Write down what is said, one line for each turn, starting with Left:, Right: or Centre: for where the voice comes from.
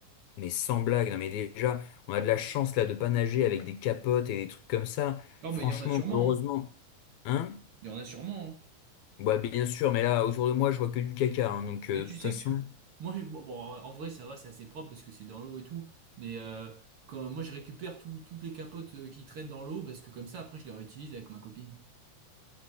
Left: Mais sans blague, non, mais déjà, on a de la chance là de pas nager avec des capotes et des trucs comme ça.
Right: Non,
Left: Franchement,
Right: mais il y en a sûrement,
Left: heureusement,
Right: hein.
Left: hein?
Right: Il y en a sûrement,
Left: Ouais, bien sûr, mais là, autour de moi, je vois que du caca. hein, donc, euh,
Right: hein. Et tu
Left: de toute
Right: sais
Left: façon,
Right: que <laughs> moi, bon, bon, en vrai, ça va, c'est assez propre parce que c'est dans l'eau et tout. Mais euh, quand moi, je récupère tout- toutes les capotes euh, qui traînent dans l'eau parce que comme ça, après, je les réutilise avec ma copine.